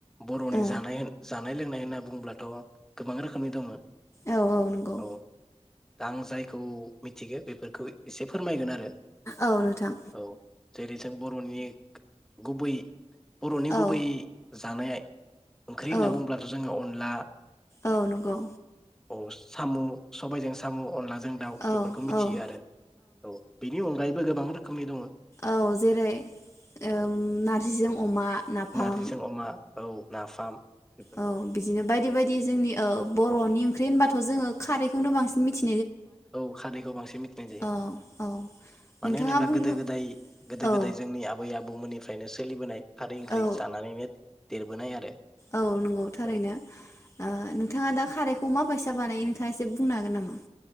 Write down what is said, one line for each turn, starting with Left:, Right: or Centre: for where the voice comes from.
Centre: बर'नि
Left: औ
Centre: जानाय होन जा नाय लोंनाय होनना बुङोब्लाथ' गोबां रोखोमनि दङो।
Left: औ नंगौ
Centre: औ दा आं जायखौ मिथिगौ बेफोरखौ एसे फोरमायगोन आरो।
Left: औ नोंथां।
Centre: औ जेरै जों बर'नि गुबै बर'नि
Left: औ
Centre: गुबै जानायाय ओंख्रि
Left: औ
Centre: होनना बुंब्लाथ जोङो अन ला
Left: औ नंगौ
Centre: औ साम' सबायजों साम' अनला जों दाउ
Left: औ
Centre: बेफोरखौ मिथियो
Left: औ
Centre: आरो औ बेनि अनगायैबो गोबां रो खोमनि दङो
Left: औ जेरै ओम नारजिजों अमा नाफाम
Centre: बिजों अमा औ नाफाम बेफोर
Left: औ बिदिनो बायदि बायदि जोंनि ओ बर'नि ओंख्रि होनबाथ' जोङो खारैखौनो बसिन मिथि
Centre: औ खारैखौ बांसिन मिथिनाय जायो
Left: औ औ नोंथाङा
Centre: मानो होनोब्ला
Left: बुंनो
Centre: गोदो गोदाय गोदो
Left: औ
Centre: गोदाय जोंनि आबै आबौ बुमनिफ्रायनो सोलिबोनाय खारै ओंख्रि
Left: औ
Centre: जानानैनो देरबोनाय आरो
Left: औ नंगौ थारैनो
Centre: औ
Left: ओ नोंथाङा दा खारैखौ मा बायसा बानायो नोंथाङा एसे बुंनो हागोन नामा